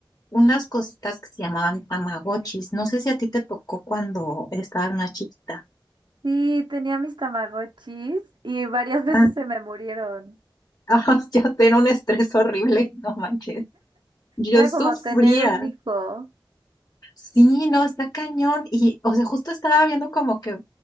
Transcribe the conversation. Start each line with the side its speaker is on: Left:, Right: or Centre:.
Left: unas cositas que se llamaban tamagotchis. No sé si a ti te tocó cuando estabas más chiquita.
Right: Sí, tenía mis Tamagotchis y varias <laughs> veces
Left: Ah,
Right: se me murieron.
Left: <laughs> ah, ya era un estrés horrible, no manches. Yo
Right: Era
Left: sufría.
Right: como tener un hijo.
Left: Sí, no, está cañón. Y, o sea, justo estaba viendo como que,